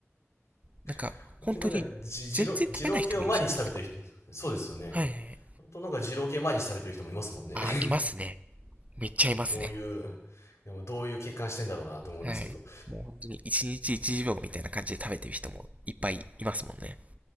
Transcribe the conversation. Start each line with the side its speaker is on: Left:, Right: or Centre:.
Right: なんか、
Left: <laughs> 本当になんか、
Right: 本当に、
Left: じ、二郎、
Right: 全然食べない人もいるじゃないですか。
Left: 二郎系を毎日食べてる人、そうですよね。
Right: はいはいはい。
Left: あとなんか二郎系毎日食べてる人もいますもんね。
Right: あ、
Left: <laughs>
Right: いますね。めっちゃいますね。
Left: どういう、でもどういう欠陥してんだろうなと思うんですけど。
Right: はい。もう本当に一日1秒みたいな感じで食べてる人もいっぱいいますもんね。